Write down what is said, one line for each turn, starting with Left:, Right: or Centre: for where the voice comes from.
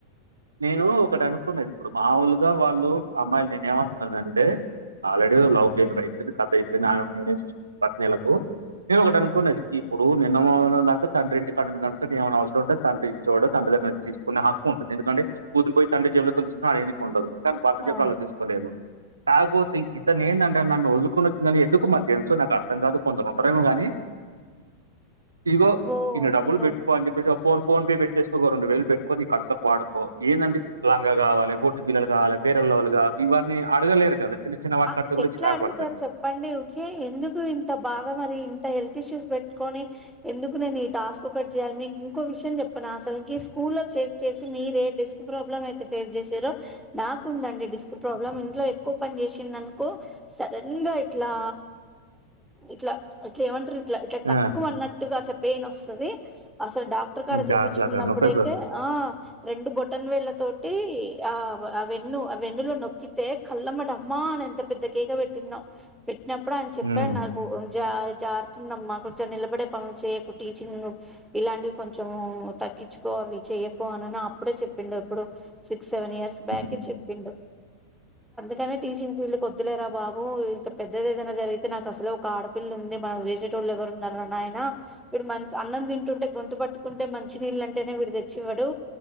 Right: నేను ఒకటి అనుకున్నది ఇప్పుడు మావులుగా వాళ్ళు అమ్మాయిలు నేను ఏమనుకున్నానంటే ఆల్రెడీ లవ్ ఫెయిల్యూర్ అయిపోయింది కథ అయిపోయింది నేనే చూసూకుంట్నలకు నేను ఒకటి అనుకున్నది ఇప్పుడు నిన్న మొన్నటిదాకా తండ్రి ఇంటికడా ఉన్నది కనుక ఏమైన అవసరం ఉంటే తండ్రి చూడ తండ్రి దగ్గర తీసుకునే హక్కు ఉంటది ఎందుకే కూతురిపోయి తండ్రి జేబులో కొనిందిస్తున అడగనికి ఉండదు భర్త జేబులో
Centre: అవును
Right: అలా తీసుకోలేదు కాకపోతే ఇతను ఏందం నన్ను వదులుకోలేక వచ్చిందని ఎందుకు మరి తెలుసు నాకు అర్థం కాదు కొందరుంటారేమో కాని ఇదిగో
Centre: అబ్బో
Right: ఇన్ని
Centre: అసలు
Right: డబ్బుల్ పెట్టుకో అని చెప్పేసి ఫోన్ ఫోన్ పే పెట్ చేసుకో ఒక రెండు వేలు పెట్టుకోని నీ ఖర్చులకి వాడుకో ఎందంటే లంగా కావాలే బొట్ బిల్లలు కావాలే ఫైరండ్లవ్లీ కావాలే ఇవన్నీ అడగలేరు కదా చిన్న చిన్న వాటికి
Centre: ఆ
Right: అడిగితే కూడా
Centre: ఎట్లా
Right: చిరాకు
Centre: అడుగుతారు
Right: పడుతది
Centre: చెప్పండి ఊకె ఎందుకు ఇంత బాధ మరి ఇంత హెల్త్ ఇష్యూస్ పెట్టుకొని ఎందుకు నేను ఈ టాస్క్ ఒకటి చేయాలి మీకు ఇంకో విషయం చెప్పనా అసలుకి స్కూల్ లో చే చేసి మీరే డిస్క్ ప్రాబ్లం అయితే చేసిరో నాకుందండి డిస్క్ ప్రాబ్లం ఇంట్లో ఎక్కువ పని చేసి కిందనుకో సడన్ గా ఇట్లా ఇట్లా ఇట్లా ఏమంటారు ఇట్లా తక్కుమనట్లుగా
Right: ఆ
Centre: అట్లా పెయిన్ వస్తది అసలు డాక్ డాక్టర్ కడా
Right: ఇంకా
Centre: చూపించుకున్నప్పుడైతే
Right: అసలు అక్కడ నొప్పేస్తది
Centre: ఆ రెండు బొటన్ వేళ్ళతోటి ఆ ఆ వెన్ను ఆ వెన్నులో నొక్కితే కళ్లమ్మట అమ్మా అని ఎంత పెద్ద కేక పెట్టినో పెట్టినప్పుడే ఆయన చెప్పడు
Right: ఉమ్
Centre: నాక్ జ జారుతుందమ్మా కొంచెం నిలబడే పనులు చెయ్యకు టీచింగ్ నువ్ ఇలాంటివి కొంచము తగ్గించుకో అవి చెయ్యకు అనిని అప్పుడే చెప్పిండు ఇప్పుడు సిక్స్ సెవెన్ ఇయర్స్ బ్యాక్
Right: ఉమ్
Centre: ఏ చెప్పిండు కానీ టీచింగ్ ఫీల్డ్ కొద్దులేరా బాబు ఇంకా పెద్దది ఏదైనా జరిగితే నాకు అసలే ఒక ఆడపిల్ల ఉంది మనం చేసే టోలెవ్వరున్నారు రా నాయన వీడు మంచి అన్నం తింటుంటే గొంతు పట్టుకుంటే మంచినీళ్ళంటేనే వీడు తెచ్చివ్వడు